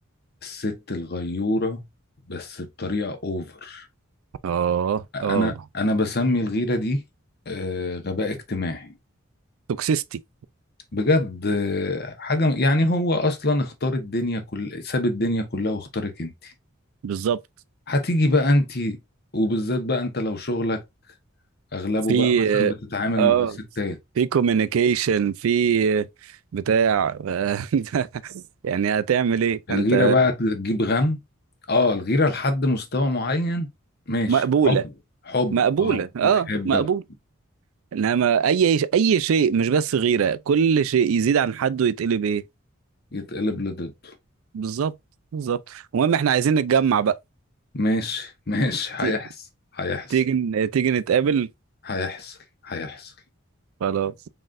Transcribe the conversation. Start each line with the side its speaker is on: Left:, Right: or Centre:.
Left: الست الغيوره بس بطريقه اوفر
Right: اه
Left: انا
Right: اه
Left: انا بسمي الغيره دي آه، غباء اجتماعي
Right: توكسيستي
Left: بجد آه، حاجة يعني هو أصلا اختار الدنيا كل ساب الدنيا كلها واختارك أنت
Right: بالظبط
Left: هتيجي بقى أنت وبالذات بقى أنت لو شغلك أغلبه
Right: في
Left: بقى مثلا بتتعامل
Right: اه
Left: مع الستات
Right: في كوميونيكيشن في بتاع <laughs> يعني هتعمل ايه
Left: الغيرة
Right: انت
Left: بقى تجيب غم اه الغيرة لحد مستوى معين ماشي
Right: مقبولة
Left: حب حب
Right: مقبولة
Left: اه
Right: اه
Left: بتحبك
Right: مقبول انما اي اي شيء مش بس غيرة كل شيء يزيد عن حده يتقلب ايه
Left: يتقلب لضده
Right: بالظبط بالظبط المهم احنا عايزين نتجمع بقى
Left: ماشي ماشي هيحصل
Right: ت-
Left: هيحصل
Right: تيجي تيجي نتقابل
Left: هيحصل هيحصل
Right: خلاص